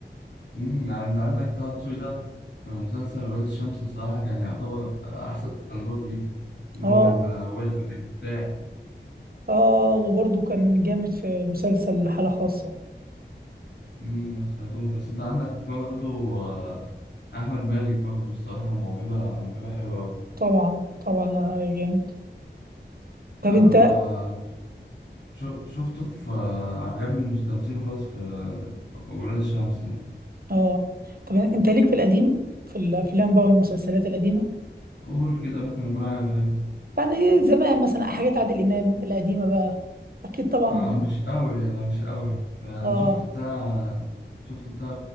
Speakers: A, on the left (about 80°); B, on the right (about 55°).
A: أمم، يعني أنت عندك طه دسوقي ده في مسلسل ولاد الشمس بصراحة كان يعتبر آه، أحسن دور فيه اللي
B: اه
A: هو كان آه، ويل كان مرتاح
B: اه وبرضه كان جامد في مسلسل حالة خاصة
A: أمم، ما سمعتوش بس أنت عندك برضو آه، أحمد مالك برضو الصراحة موهبة موهبة حلوة أوي
B: طبعا طبعا آه، جامد طب
A: أنا
B: انت
A: ما شو- شفته في آه، عجبني مستمثله خالص في آه، ولاد الشمس يعني.
B: اه طب انت ليك في القديم في الافلام بقى والمسلسلات القديمه
A: قول كده ممكن أكون عارف أيوة
B: يعني زمان مثلا حاجات عادل امام القديمه بقى اكيد طبعا
A: آه مش أوي أنا مش أوي أنا
B: اه
A: شفت بتاع شفت بتاع